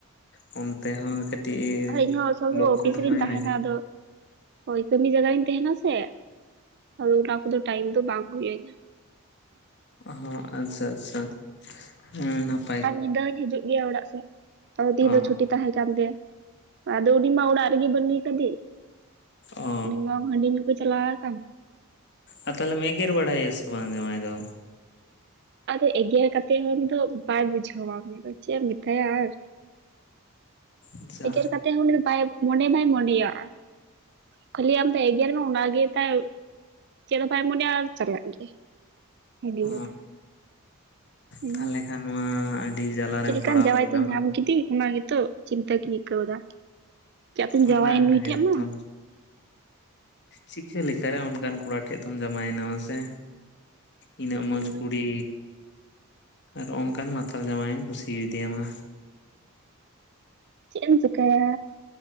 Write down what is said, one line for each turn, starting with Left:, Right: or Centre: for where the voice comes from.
Left: ᱚᱱᱛᱮ ᱦᱚᱸ ᱠᱟᱹᱴᱤᱡ
Right: ᱟᱨ ᱤᱧᱦᱚᱸ ᱥᱚᱵ ᱥᱚᱢᱚᱭ
Left: ᱞᱚᱠᱠᱷᱚ
Right: ᱚᱯᱷᱤᱥ
Left: ᱫᱚᱦᱚᱭ
Right: ᱨᱤᱧ ᱛᱟᱦᱮᱱᱟ᱾
Left: ᱢᱮ
Right: ᱟᱫᱚ ᱦᱳᱭ ᱠᱟᱹᱢᱤ ᱡᱟᱭᱜᱟ ᱨᱤᱧ ᱛᱟᱦᱮᱱᱟ ᱥᱮ, ᱟᱫᱚ ᱚᱱᱟ ᱠᱚᱫᱚ ᱴᱟᱭᱤᱢ ᱫᱚ ᱵᱟᱝ ᱦᱩᱭᱟᱹᱧᱟᱹ᱾
Left: ᱦᱚᱸ ᱟᱪᱪᱷᱟ ᱟᱪᱪᱷᱟ ᱦᱮᱸ ᱱᱟᱯ ᱾
Right: ᱟᱨ ᱧᱤᱫᱟᱹ ᱦᱚᱧ ᱦᱤᱡᱩᱜ ᱜᱮᱭᱟ ᱚᱲᱟᱜ ᱥᱮᱜ, ᱟᱫᱚ ᱛᱤᱦᱤᱧ
Left: ᱚ
Right: ᱫᱚ ᱪᱷᱩᱴᱤ ᱛᱟᱦᱮᱸ ᱠᱟᱱᱟ᱾ ᱠᱟᱱ ᱛᱮ ᱟᱫᱚ ᱩᱱᱤ ᱢᱟ ᱚᱲᱟᱜ ᱨᱮᱜᱮ ᱵᱟᱹᱱᱩᱭ ᱠᱟᱫᱤ
Left: ᱚ
Right: ᱩᱱᱤ ᱢᱟ ᱦᱟᱺᱰᱤ ᱧᱩ, ᱪᱟᱞᱟᱣ ᱟᱠᱟᱱ᱾
Left: ᱟᱨ ᱛᱟᱦᱚᱞᱮᱢ ᱮᱜᱮᱨ ᱵᱟᱲᱟᱭᱮᱭᱟ ᱥᱮ ᱵᱟᱝ ᱡᱟᱶᱟᱭ ᱫᱚ?
Right: ᱟᱫᱚ ᱮᱜᱮᱨ ᱠᱟᱛᱮᱜ ᱦᱚᱸ ᱩᱱᱤ ᱫᱚ ᱵᱟᱭ ᱵᱩᱡᱷᱟᱹᱣᱟ ᱩᱱᱤ ᱫᱚ ᱪᱮᱜ ᱮᱢ ᱢᱮᱛᱟᱭᱟ ᱟᱨ,
Left: ᱟᱪᱪᱷᱟ
Right: ᱮᱜᱮᱨ ᱠᱟᱛᱮ ᱦᱚᱸ ᱩᱱᱤ ᱫᱚ ᱵᱟᱭ ᱢᱚᱱᱮ ᱵᱟᱭ ᱢᱚᱱᱮᱭᱟᱜᱼᱟ ᱾ ᱠᱷᱟᱹᱞᱤ ᱟᱢ ᱫᱚ ᱮᱜᱟᱴᱮᱨ ᱢᱮ ᱚᱱᱟ ᱜᱮ ᱛᱟᱭ ᱪᱮᱜ ᱦᱚᱸ ᱵᱟᱭ ᱢᱚᱱᱮᱭᱟ, ᱟᱨ ᱪᱟᱞᱟᱜ ᱜᱮᱭᱟᱭ ᱦᱟᱺᱰᱤ
Left: ᱚ
Right: ᱧᱩ ᱫᱚ᱾ ᱦᱩᱸ
Left: ᱛᱟᱦᱚᱞᱮ ᱠᱷᱟᱱ ᱢᱟ ᱟᱹᱰᱤ ᱡᱟᱞᱟ
Right: ᱪᱮᱫ
Left: ᱨᱮᱢ
Right: ᱞᱮᱠᱟᱱ
Left: ᱯᱟᱲᱟᱣ
Right: ᱡᱟᱶᱟᱭ
Left: ᱠᱟᱱᱟ
Right: ᱛᱚᱧ
Left: ᱵᱟᱝ?
Right: ᱧᱟᱢ ᱠᱮᱫᱮ ᱚᱱᱟ ᱜᱮᱛᱚᱜ ᱪᱤᱱᱛᱟᱹ ᱜᱮᱧ ᱟᱹᱭᱠᱟᱹᱣ ᱫᱟ᱾ ᱪᱟᱜ ᱛᱚᱧ
Left: ᱚᱱᱟ
Right: ᱡᱟᱶᱟᱭᱮᱱ ᱱᱩᱭ
Left: ᱜᱮᱛᱚ
Right: ᱴᱷᱮᱡ ᱢᱟ᱾
Left: ᱪᱤᱠᱟᱹ ᱞᱮᱠᱟᱨᱮ ᱚᱱᱠᱟᱱ ᱠᱚᱲᱟ ᱴᱷᱮᱡ ᱫᱚᱢ ᱡᱟᱶᱟᱭᱮᱱᱟ ᱢᱟᱥᱮ? ᱤᱱᱟᱹᱜ
Right: ᱦᱳᱭ
Left: ᱢᱚᱡᱽ ᱠᱩᱲᱤ ᱟᱨ ᱦᱚᱜ ᱚᱝᱠᱟᱱ ᱢᱟᱛᱟᱞ ᱡᱟᱶᱟᱭ ᱮᱢ ᱠᱩᱥᱤᱣᱫᱤᱭᱟ ᱢᱟ,
Right: ᱪᱮᱜ ᱮᱢ ᱪᱮᱠᱟᱭᱟ